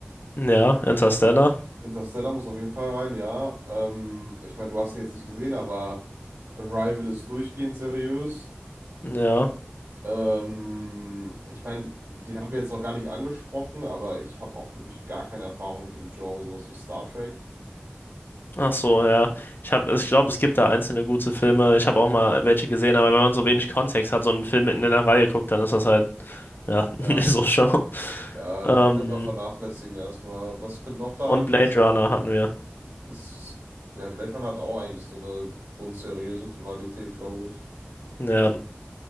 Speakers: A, on the left; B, on the right.
A: Ja, Interstellar.
B: Interstellar muss auf jeden Fall rein, ja. Ähm, ich meine, du hast ihn jetzt nicht gesehen, aber Arrival ist durchgehend seriös.
A: Ja.
B: Ähm, ich meine, den haben wir jetzt noch gar nicht angesprochen, aber ich habe auch wirklich gar keine Erfahrung mit dem Genre, sowas wie Star Trek.
A: Ach so, ja. Ich hab, ich glaube, es gibt da einzelne gute Filme. Ich habe auch mal welche gesehen, aber wenn man so wenig Kontext hat, so einen Film mitten in der Reihe guckt, dann ist das halt, ja, <laughs>
B: Ja,
A: nicht so schlau.
B: ja,
A: Ähm,
B: das können wir vernachlässigen erstmal. Was könnte noch da
A: und
B: reinpassen?
A: Blade Runner hatten wir.
B: Ist, ja, Blade Runner hat auch eigentlich so eine grundseriöse Tonalität, glaube ich.
A: Ja.